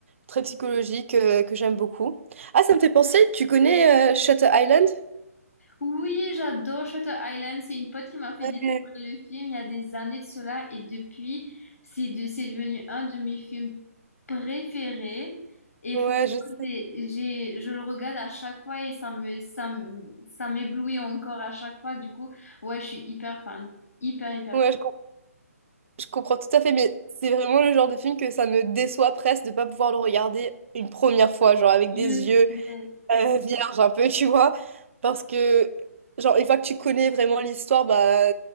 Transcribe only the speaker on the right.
très psychologique euh, que j'aime beaucoup. Ah, ça me fait penser, tu connais euh, Shutter Island?
Ouais,
Ouais,
je sais.
Ouais,
je Je comprends tout à fait, mais c'est vraiment le genre de film que ça me déçoit presque de pas pouvoir le regarder une première fois, genre avec
des yeux
euh, vierges un peu, <laughs> tu vois. Parce que, genre, une fois que tu connais vraiment l'histoire, bah,